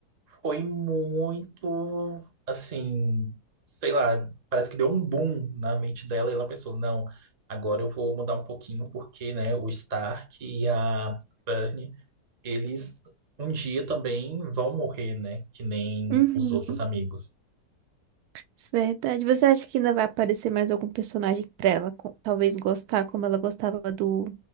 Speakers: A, on the right; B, on the right.
A: foi muito, assim, sei lá, parece que deu um boom na mente dela e ela pensou, não, agora eu vou mudar um pouquinho porque, né, o Stark e a Fern, eles um dia também vão morrer, né, que nem
B: Uhum.
A: os outros amigos.
B: Isso é Verdade. Você acha que ainda vai aparecer mais algum personagem pra ela, co- talvez gostar como ela gostava do